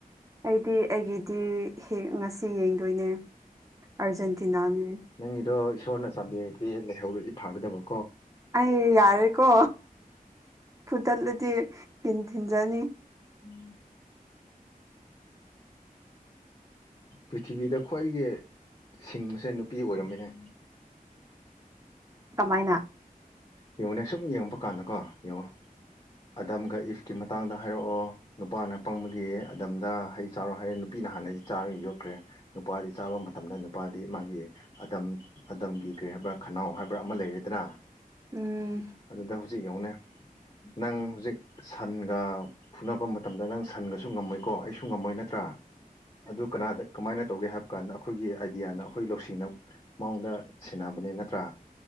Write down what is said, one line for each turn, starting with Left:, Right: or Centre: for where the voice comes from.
Right: ꯑꯩꯗꯤ ꯑꯩꯒꯤꯗꯤ ꯍꯤ ꯉꯁꯤ ꯌꯦꯡꯗꯣꯏꯅꯦ ꯑꯥꯔꯖꯦꯟꯇꯤꯅꯥꯅꯦ
Left: ꯅꯪꯒꯤꯗꯣ ꯏꯁꯣꯔꯅ ꯆꯥꯟꯕꯤꯔꯗꯤ ꯂꯩꯍꯧꯔꯗꯤ ꯐꯥꯒꯗꯕ
Right: ꯑꯩ ꯌꯥꯔꯦꯀꯣ ꯐꯨꯗꯠꯂꯗꯤ ꯀꯤꯟ ꯊꯤꯟꯖꯅꯤ
Left: ꯎꯝ ꯄ꯭ꯔꯤꯊꯤꯕꯤꯗ ꯈ꯭ꯋꯥꯏꯗꯒꯤ ꯁꯤꯡꯕꯁꯦ ꯅꯨꯄꯤ ꯑꯣꯏꯔꯝꯃꯦꯅꯦ
Right: ꯀꯃꯥꯏꯅ
Left: ꯌꯦꯡꯉꯨꯅꯦ ꯁꯨꯝ ꯌꯦꯡꯉꯛꯄ ꯀꯥꯟꯗꯀꯣ ꯌꯦꯡꯉꯣ ꯑꯗꯝꯒ ꯏꯐꯀꯤ ꯃꯇꯥꯡꯗ ꯍꯥꯏꯔꯛꯑꯣ ꯅꯨꯄꯥꯅ ꯄꯪꯕꯒꯤ ꯑꯗꯝꯗ ꯍꯩ ꯆꯥꯔꯣ ꯍꯥꯏꯌꯦ ꯅꯨꯄꯤ ꯅ ꯍꯥꯟꯅ ꯆꯥꯔ ꯌꯣꯠꯈ꯭ꯔꯦ ꯅꯨꯄꯥꯗꯤ ꯆꯥꯕ ꯃꯇꯝꯗ ꯅꯨꯄꯥꯗꯤ ꯃꯥꯒꯤ ꯑꯗꯝ ꯑꯗꯝꯒꯤ ꯀ꯭ꯔꯤ ꯍꯥꯏꯕ ꯈꯅꯥꯎ ꯍꯥꯏꯕ꯭ꯔꯥ ꯑꯃ ꯂꯩꯔꯦꯗꯅꯥ
Right: ꯎꯝ
Left: ꯑꯗꯨꯗ ꯍꯧꯖꯤꯛ ꯌꯦꯡꯉꯨꯅꯦ ꯅꯪ ꯍꯧꯖꯤꯛ ꯁꯟꯒ ꯐꯨꯅꯕ ꯃꯇꯝꯗ ꯅꯪ ꯁꯟꯒꯁꯨ ꯉꯝꯃꯣꯏꯀꯣ ꯑꯩꯁꯨ ꯉꯝꯃꯣꯏ ꯅꯠꯇ꯭ꯔꯥ ꯔꯥ ꯑꯗꯨ ꯀꯅꯥꯗ ꯀꯃꯥꯏꯅ ꯇꯧꯒꯦ ꯍꯥꯏꯕ ꯀꯥꯟꯗ ꯑꯈꯣꯏꯒꯤ ꯑꯥꯏꯗꯤꯌꯥꯅ ꯑꯈꯣꯏ ꯂꯧꯁꯤꯡꯅ ꯃꯥꯉꯣꯟꯗ ꯁꯦꯟꯅꯕꯅꯦ ꯅꯠꯇ꯭ꯔꯥ